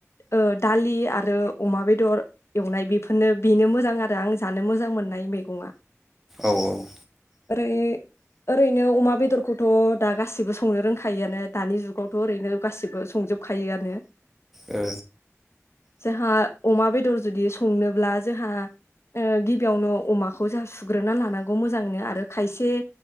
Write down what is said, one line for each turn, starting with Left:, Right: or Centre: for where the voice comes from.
Left: ओ दालि आरो अमा बेदर। एवनाय बेफोरनो बेनो मोजां आरो आं जानो मोजां मोननाय मैगंआ।
Centre: औ औ।
Left: ओरै ओरैनो अमा बेदर खौथ' दा गासिबो संनो रोंखायोआनो दानि जुगावथ' ओरैनो गासिबो संजोबखायोआनो।
Centre: ओ।
Left: जोंहा अमा बेदर जुदि संनोब्ला जोंहा। ओ गिबियावनो अमाखौ जोंहा सुग्रोना लानांगौ मोजाङैनो आरो खायसे।